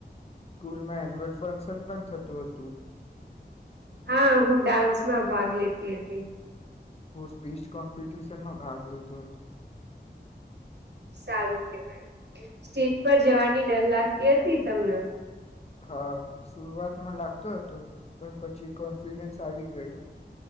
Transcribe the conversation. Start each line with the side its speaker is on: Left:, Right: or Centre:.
Left: સ્કૂલમાં એન્યુઅલ ફંક્શન પણ થતું હતું
Right: હા હું ડાન્સમાં ભાગ લેતી હતી
Left: હું સ્પીચ કોમ્પિટીસ એ માં ભાગ લીધો હતો.
Right: સારું કેવાય સ્ટેજ પર જવાની ડર લાગતી હતી તમને.
Left: હા શરઆતમાં લાગતો હતો પણ પછી કોન્ફિડન્સ આવી ગયો.